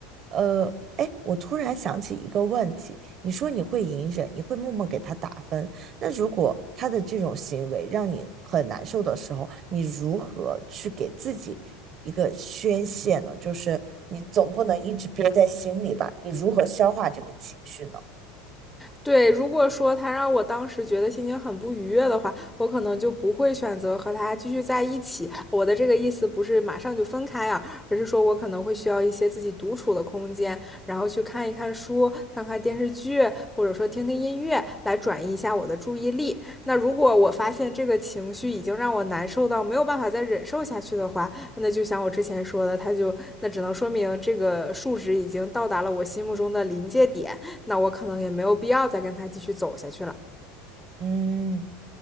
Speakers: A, on the right; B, in the centre.
A: 呃，哎，我突然想起一个问题，你说你会隐忍，你会默默给他打分，那如果他的这种行为让你很难受的时候，你如何去给自己一个宣泄呢？就是你总不能一直憋在心里吧？你如何消化这个情绪呢？
B: 对，如果说他让我当时觉得心情很不愉悦的话，我可能就不会选择和他继续在一起。我的这个意思不是马上就分开啊，而是说我可能会需要一些自己独处的空间，然后去看一看书、看看电视剧，或者说听听音乐，乐来转移一下我的注意力。那如果我发现这个情绪已经让我难受到没有办法再忍受下去的话，那就像我之前说的，它就那只能说明这个数值已经到达了我心目中的临界点，那我可能也没有必要再跟它继续走下去了。
A: 嗯。